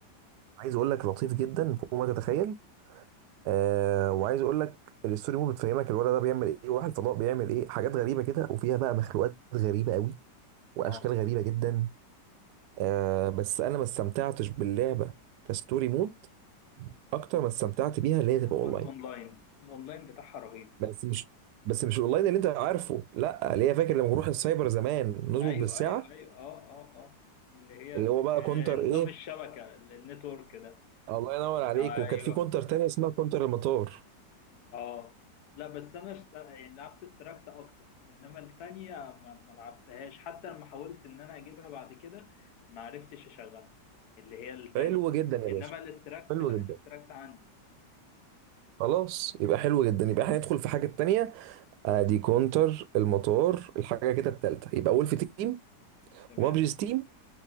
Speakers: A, on the right; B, on the left.
A: عايز اقول لك لطيف جدا فوق ما تتخيل آه وعايز اقول لك الستوري مود بتفهمك الولد ده بيعمل ايه وراح الفضاء بيعمل ايه حاجات غريبه كده وفيها بقى مخلوقات غريبه قوي واشكال
B: اه
A: غريبه جدا آه بس انا ما استمتعتش باللعبه كستوري مود اكتر ما استمتعت بيها اللي هي تبقى اونلاين
B: الاونلاين الاونلاين بتاعها رهيب
A: بس مش بس مش الاونلاين اللي انت عارفه لا اللي هي فاكر لما نروح السايبر زمان نظبط
B: ايوه
A: بالساعه
B: ايوه ايوه اه اه اه اللي هي
A: اللي
B: ال-
A: هو بقى كونتر
B: آه، نظام
A: ايه
B: الشبكه ال- النتورك ده
A: الله ينور عليك
B: ايوه
A: وكانت في كونتر تانية اسمها كونتر المطار
B: اه لا بس انا است... يعني لعبت استراكت اكتر انما التانية ما, ما لعبتهاش حتى لما حاولت ان انا اجيبها بعد كده ما عرفتش اشغلها اللي هي التانية
A: حلو جدا يا
B: انما
A: باشا
B: الاستراكت
A: حلو
B: لا
A: جدا
B: الاستراكت عندي
A: خلاص يبقى حلو جدا يبقى احنا ندخل في حاجه تانية ادي كونتر المطار الحاجه كده التالته يبقى ولف تيم
B: تمام
A: وبابجي ستيم